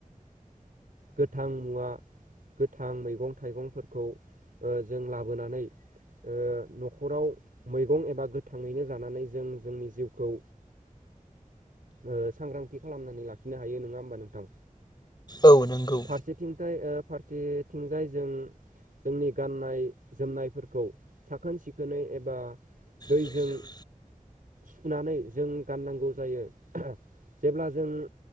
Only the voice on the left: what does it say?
औ नोंगौ।
दैैजों